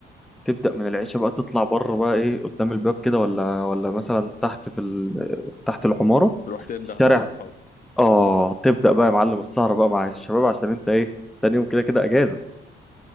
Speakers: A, in the centre; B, on the left.
A: تبدأ من العشاء بقى تطلع بره بقى ايه قدام الباب كده ولا ولا مثلا تحت في ال... تحت العمارة
B: تروح تنده
A: في الشارع
B: بقى على أصحابك
A: اه تبدأ بقى يا معلم السهرة بقى مع الشباب عشان انت ايه تاني يوم كده كده اجازة